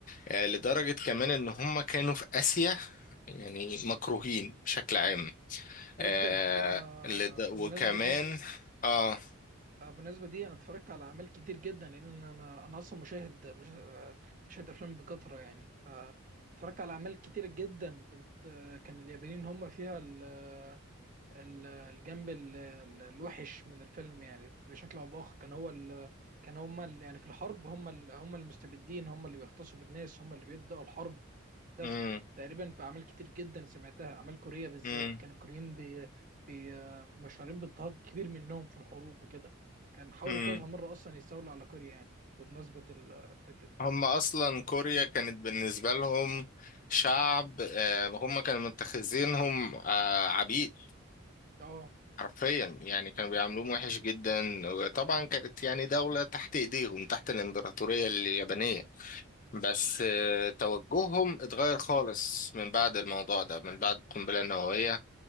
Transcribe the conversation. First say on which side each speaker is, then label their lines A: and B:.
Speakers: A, on the left; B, on the right.
A: آه، لدرجة كمان إن هم كانوا في آسيا يعني مكروهين بشكل عام
B: جدا
A: آه،
B: انا
A: لد...
B: بالمناسبه
A: وكمان
B: دي
A: آه
B: آه، بالنسبة دي أنا اتفرجت على أعمال كتير جدا لأن أنا أنا أصلا مشاهد مش- آه، مشاهد أفلام بكثرة يعني آه، اتفرجت على أعمال كتير جدا بت- آه، كان اليابانيين هم فيها ال- آه، ال- الجنب ال- ال- الوحش من الفيلم يعني بشكل أو بآخر كان هو ال- كان هم ال- يعني في الحرب هم ال- هم المستبدين هم اللي بيغتصبوا الناس هم اللي بيبدأوا الحرب ده
A: مم.
B: في تقريبا في اعمال كتير جدا سمعتها اعمال كوريه بالذات
A: مم.
B: كان الكوريين بي بي مشهورين باضطهاد كبير منهم في الحروب وكده كان حاولوا
A: مم.
B: كذا مره اصلا يستولوا على كوريا يعني وبمناسبه ال- الحته دي
A: هم اصلا كوريا كانت بالنسبه لهم شعب آه، هم كانوا متخذينهم آه، عبيد
B: اه
A: حرفيا يعني كانوا بيعاملوهم وحش جدا وطبعا كانت يعني دوله تحت ايديهم تحت الامبراطوريه اليابانيه بس آه، توجههم اتغير خالص من بعد الموضوع ده من بعد القنبله النوويه